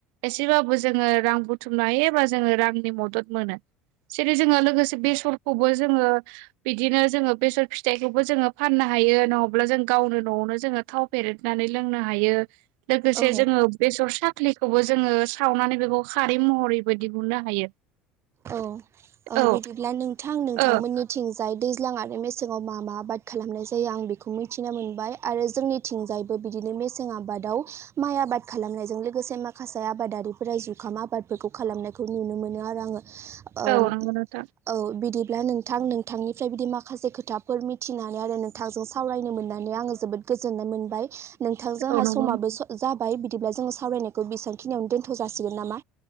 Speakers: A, on the right; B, on the right.
A: एसेबाबो जोङो रां बुथुमनो हायो एबा जोङो रांनि मदद मोनो। जेरै जोङो लोगोसे बेसरखौबो जोङो बिदिनो जोङो बेसर फिथाइखौबो जोङो फाननो हायो नङाब्ला जों गावनो नआवनो जोङो थाव फेरेदनानै लोंनो हायो। लोगोसे
B: औ
A: जोङो बेसर साखलि खौबो जोङो सावनानै बेखौ खारै महरैबो दिहुननो हायो।
B: औ ओ
A: औ
B: बिदिब्ला नोंथां नोंथांमोननिथिं
A: औ
B: जाय दैल्जां आरो मेसेंआव मा मा आबद खालामनाय जायो आं बेखौ मिथिना मोनबाय आरो जोंनिथिंजायबो बिदिनो मेसें आबादाव माइ आबाद खालामनायजों लोगोसे माखासे आबादारिफोरा जुखाम आबादबो खौ खालामनायखौ नुनो मोनो आरो आङो ओम
A: औ नंगौ नोंथां
B: औ बिदि ब्ला नोंथां नोंथांनिफ्राय बिदि माखासे खोथाफोर मिथिनानै आरो नोंथांजों सावरायनो मोननानै आङो जोबोद गोजोननाय मोनबाय। नोंथां जाहा
A: औ नंगौ
B: समाबो जाबाय बिदिब्ला जोङो सावरायनायखौ बेसेबांखिनियावनो दोन्थ जासिगोन नामा?